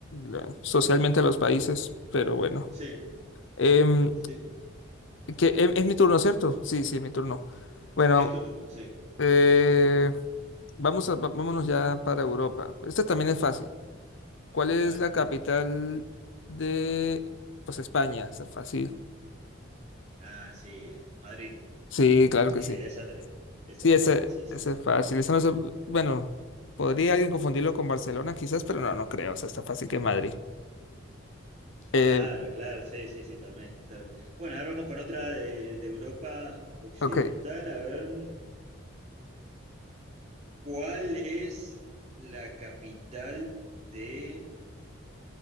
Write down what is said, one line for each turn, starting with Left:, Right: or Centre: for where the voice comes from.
Left: la- socialmente a los países, pero bueno.
Right: Sí,
Left: Em,
Right: sí.
Left: que, em- es mi turno, ¿cierto? Sí, sí, es mi turno. Bueno,
Right: Es tu turno, sí.
Left: eh, vamos a, va- vámonos ya para Europa. Esta también es fácil. ¿Cuál es
Right: Dale.
Left: la capital de, pues, España? Está fácil.
Right: Ah, sí, eh, Madrid.
Left: Sí, claro
Right: Sí,
Left: que sí.
Right: esa la, te- esa
Left: Sí,
Right: era
Left: ese,
Right: fácil, sí, sí,
Left: ese
Right: sí.
Left: es fácil. Eso no se- bueno, podría alguien confundirlo con Barcelona quizás, pero no, no creo. O sea, está fácil que Madrid. Eh,
Right: Claro, claro, sí, sí, sí, talmente, tal Bueno, ahora vamos con otra de, de Europa Occidental,
Left: ok.
Right: a ver mm, cuál es la capital de